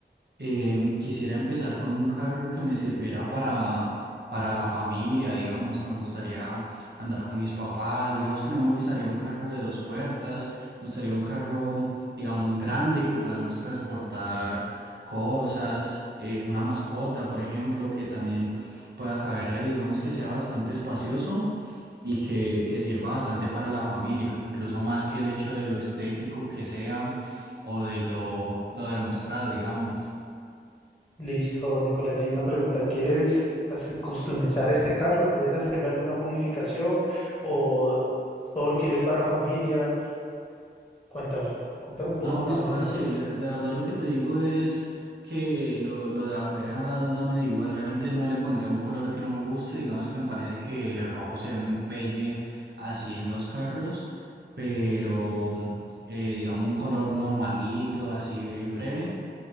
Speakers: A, on the right; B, on the left.
A: Em, quisiera empezar con un carro que me sirviera para, para la familia, digamos, que me gustaría andar con mis papás, digamos que no me gustaría un carro de dos puertas, me gustaría un carro, digamos, grande que podamos transportar cosas, eh, una mascota, por ejemplo, que también pueda caber ahí, digamos que sea bastante espacioso y que, que sirva bastante para la familia, incluso más que el hecho de lo estético que sea o de lo, lo demostrado, digamos.
B: Listo, Nicolás, y una pregunta, ¿quieres hace- customizar este carro? ¿Quieres hacerle alguna modificación o todo lo quieres para familia? Cuéntame, cuéntame un
A: No,
B: poco
A: pues
B: más,
A: parce,
B: Nicolás.
A: la, la verdad lo que te digo es que lo, lo de afuera dame igual. Obviamente no le pondría un color que no me guste, digamos que me parece que rojo se ve muy pelle así en los carros, pero eh, digamos un color normalito, así breve,